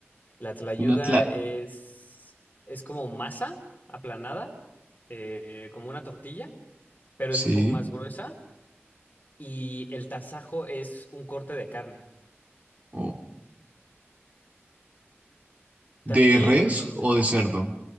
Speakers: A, on the left; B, on the right.
A: La tlayuda
B: Una tla...
A: es, es como masa aplanada, eh, como una tortilla, pero
B: Sí.
A: es un poco más gruesa y el tasajo es un corte de carne.
B: O
A: También
B: ¿De res
A: en...
B: o de cerdo?